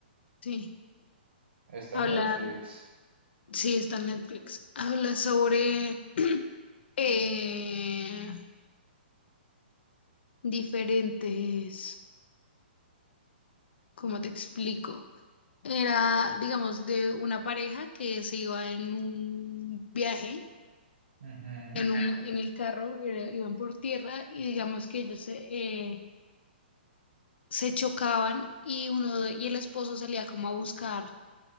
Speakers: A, on the left; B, on the right.
A: sí.
B: Está
A: Habla,
B: en Netflix.
A: sí, está en Netflix. Habla sobre <clears throat> eh, diferentes, ¿cómo te explico? Era, digamos, de una pareja que se iba en un viaje,
B: Ujú,
A: en un, en el carro, eh, iban por tierra y digamos que ellos se, eh, se chocaban y uno de- y el esposo salía como a buscar.